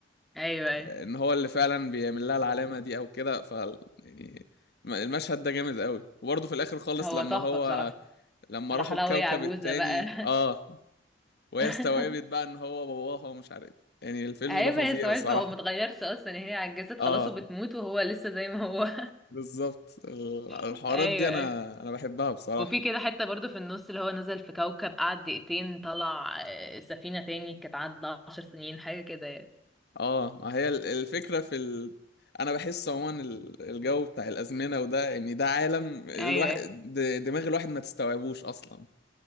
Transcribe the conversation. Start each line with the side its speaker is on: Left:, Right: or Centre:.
Centre: ايوه ايوه
Left: ان هو اللي فعلا بيعمل لها العلامه دي او كده ف يعني الم- المشهد ده جامد قوي وبرضه في الاخر خالص
Centre: هو
Left: لما
Centre: تحفة
Left: هو
Centre: بصراحة
Left: لما
Centre: راح
Left: راحوا
Centre: لها
Left: الكوكب
Centre: وهي عجوزة
Left: التاني
Centre: بقى
Left: اه وهي
Centre: <laughs>
Left: استوعبت بقى ان هو باباها ومش عارف إيه. يعني الفيلم
Centre: ايوه
Left: ده فظيع
Centre: ما هي صعيب
Left: بصراحه
Centre: هو ما اتغيرش اصلا هي عجزت
Left: اه
Centre: خلاص وبتموت وهو لسه زي ما هو
Left: بالظبط ال-
Centre: <laughs>
Left: الحوارات
Centre: ايوه
Left: دي انا
Centre: ايوه
Left: انا بحبها بصراحه
Centre: وفي كده حتة برضو في النص اللي هو نزل في كوكب قعد دقيقتين طلع آه، سفينة تاني كانت عدى عشر سنين حاجة كده يعني.
Left: اه ما هي ال- الفكره في ال... انا بحس عموما ال- الجو بتاع الازمنه وده يعني ده عالم الواحد
Centre: ايوه ايه
Left: د- دماغ الواحد ما تستوعبوش اصلا